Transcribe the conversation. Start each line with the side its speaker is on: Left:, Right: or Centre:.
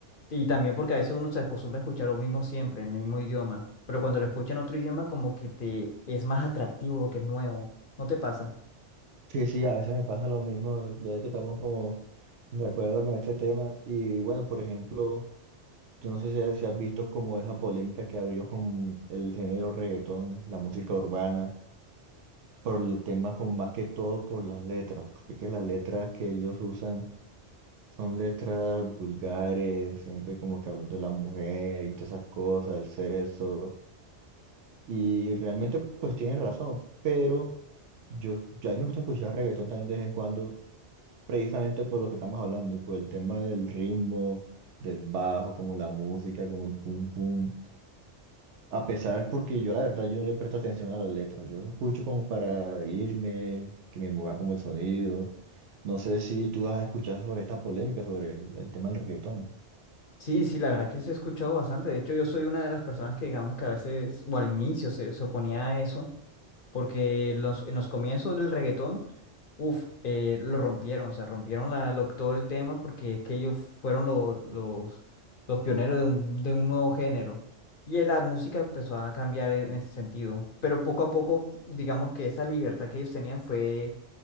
Left: y también porque a veces uno se acostumbra a escuchar lo mismo siempre, en el mismo idioma. Pero cuando lo escucha en otro idioma, como que te es más atractivo porque es nuevo. ¿No te pasa?
Right: Sí, sí, a veces me pasa lo mismo, vea que estamos como De acuerdo con este tema. Y bueno, por ejemplo, tú no sé si, si has visto como esa polémica que abrió con el género reggaetón, la música urbana, por el tema como más que todo por las letras, porque que las letras que ellos usan son letras vulgares, siempre como que hablan de la mujer y todas esas cosas, el sexo. Y realmente pues tienen razón, pero yo, yo a mí me gusta escuchar reggaetón también de vez en cuando precisamente por lo que estamos hablando, por el tema del ritmo, del bajo, como la música, como el pum pum. A pesar, porque yo la verdad yo no le presto atención a las letras, yo escucho como para irme, que me mueva como el sonido. No sé si tú has escuchado sobre esta polémica, sobre el, el tema del reggaetón.
Left: Sí, sí, la verdad que se ha escuchado bastante. De hecho, yo soy una de las personas que digamos que a veces, o al inicio, se, se oponía a eso. Porque los, en los comienzos del reggaetón, uff, lo rompieron, o sea, rompieron la, lo- todo el tema porque es que ellos fueron lo- los, los pioneros de un, de un nuevo género. Y eh, la música empezó a cambiar en ese sentido. Pero poco a poco, digamos que esa libertad que ellos tenían fue